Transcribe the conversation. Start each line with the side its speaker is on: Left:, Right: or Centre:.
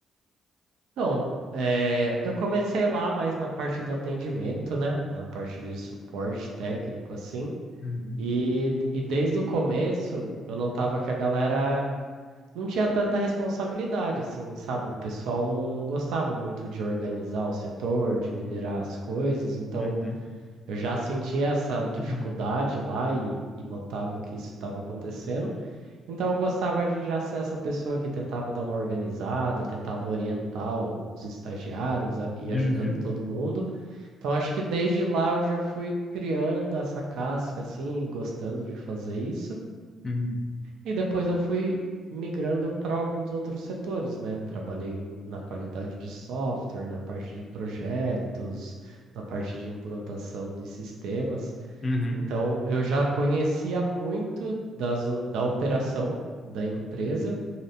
Right: Então, eh, eu comecei lá mais na parte do atendimento, né? Na parte de suporte técnico, assim.
Left: Uhum,
Right: E, e desde o começo, eu notava que a galera não tinha tanta responsabilidade, assim, sabe? O pessoal não, não gostava muito de organizar o setor, de liderar as coisas. Então,
Left: uhum,
Right: eu já sentia essa dificuldade
Left: uhum,
Right: lá e e notava que isso estava acontecendo. Então eu gostava de já ser essa pessoa que tentava dar uma organizada, tentava orientar o- os estagiários a- e
Left: uhum,
Right: ajudando todo mundo. Então acho que desde lá eu já fui criando essa casca assim, e gostando de fazer isso.
Left: uhum,
Right: E depois eu fui migrando para alguns outros setores, né? Trabalhei em- na qualidade de software, na parte de projetos, na parte de implantação de sistemas.
Left: uhum,
Right: Então eu já conhecia muito das, o- da operação da empresa